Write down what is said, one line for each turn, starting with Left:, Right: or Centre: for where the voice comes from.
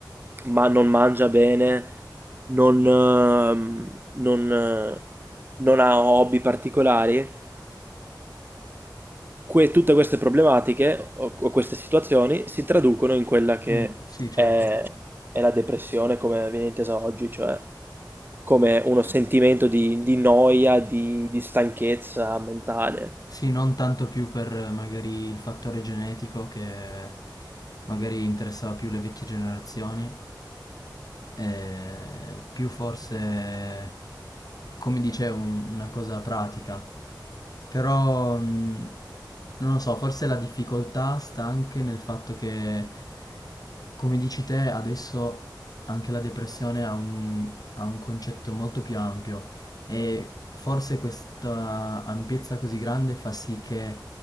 Right: ma non mangia bene, non, ehm, non, eh, non ha hobby particolari, que- tutte queste problematiche o, o queste situazioni si traducono in quella che
Left: Mm, sì, certo.
Right: è, è la depressione come viene intesa oggi, cioè come uno sentimento di, di noia, di di stanchezza mentale.
Left: Sì, non tanto più per eh, magari il fattore genetico che magari interessava più le vecchie generazioni, eh, più forse, come dicevo, un- una cosa pratica. Però, mh, non lo so, forse la difficoltà sta anche nel fatto che, come dici te, adesso anche la depressione ha un, ha un concetto molto più ampio e forse questa ampiezza così grande fa sì che